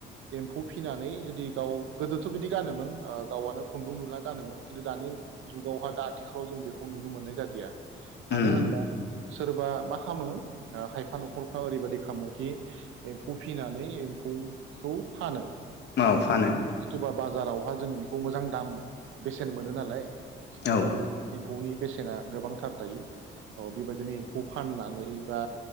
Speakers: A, on the right; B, on the left.
A: एम्फौ फिनानै जुदि गाव गोदोथ' बिदि गानोमोन ओ गावआनो खुन्दुं लुना गानोमोन खिन्थु दानि जुगावहा दा आथिखालाव जों बेखौ नुनो मोननाय जादिया
B: उम
A: मानो होनबा सोरबा माखा खामो ओ खायफा न'खरफ्रा ओरैबायदि खामो खि एम्फौ फिनानै एम एम्फौखौ फानो
B: औ
A: बेखौ
B: फानो
A: <unintelligible> बाजारावहा जों बिखौ मोजां दाम बेसेन मोनो नालाय
B: औ
A: एमफौ एमफौनि बेस रा गोबां थार दायो अ बिबादिनो खौ फानना नै बा